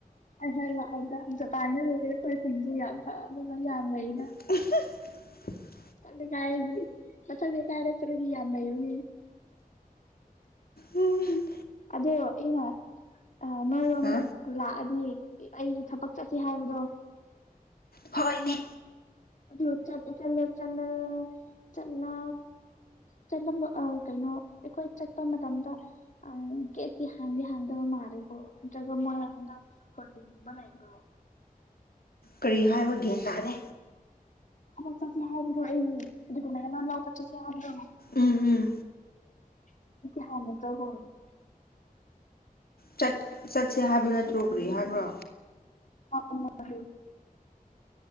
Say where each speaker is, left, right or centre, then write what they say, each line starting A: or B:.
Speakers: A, on the left; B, on the left.
A: ꯍ ꯍꯥꯏ ꯂꯥꯛꯑꯣꯗ ꯖꯄꯥꯟꯗ ꯂꯣꯏꯔꯦ ꯑꯩꯣꯏ ꯈꯨꯟꯁꯨ ꯌꯥꯝ ꯐꯅ ꯌꯥꯝ ꯂꯩꯌꯦ
B: <inaudible>
A: ꯃꯊꯪ ꯀꯩꯀꯥꯏꯔꯁꯤ ꯃꯊꯪ ꯀ ꯀꯥꯏꯔꯛꯇ꯭ꯔꯗꯤ ꯌꯥꯝ ꯂꯩꯩꯕꯥꯅꯦ
B: ꯎꯝ
A: ꯑꯗꯣ ꯑꯩꯅꯥ ꯅꯣꯏ ꯔꯣꯝꯗꯥ
B: ꯍꯥ
A: ꯂꯥꯛꯑꯗꯤ ꯑꯩꯒꯤ ꯊꯕꯛ ꯆꯠꯁꯦ ꯍꯥꯏꯕꯗꯣ
B: ꯍꯣꯏꯅꯦ
A: ꯂꯣꯆ ꯆ ꯂꯣꯆꯅ ꯆꯅꯥ ꯆꯠꯂꯝꯕ ꯑꯥ ꯀꯩꯅꯣ ꯑꯩꯈꯣꯏ ꯆꯠꯄ ꯃꯇꯝꯗ ꯑꯪ ꯒ‌ꯦꯠꯇꯤ ꯍꯥꯡꯗꯤ ꯍꯥꯡꯗꯕ ꯃꯥꯜꯂ‌ꯦꯀ‌ꯣ ꯅꯠꯇ꯭ꯔꯒ ꯃ‌ꯣꯏ ꯍꯟꯗꯛ <inaudible> ꯂꯩꯕ꯭ꯔ‌ꯣ
B: ꯀꯔꯤ ꯍꯥꯏꯕ ꯒ꯭ꯌꯥꯟ ꯇꯥꯗꯦ
A: ꯊꯕꯛ ꯆꯠꯁ‌ꯦ ꯍꯥꯏꯕꯗ‌ꯣ ꯑꯩꯒꯤ ꯗ‌ꯣꯀꯨꯃ‌ꯦꯟ ꯑꯃ ꯂꯧꯕ ꯆꯠꯁꯦ ꯍꯥꯏꯕꯗꯣ
B: ꯎꯝ ꯎꯝ
A: <inaudible>
B: ꯆꯠ ꯆꯠꯁꯦ ꯍꯥꯏꯕ ꯅꯠꯇ꯭ꯔꯣ ꯀꯔꯤ ꯍꯥꯏꯕ꯭ꯔꯥ
A: <unintelligible>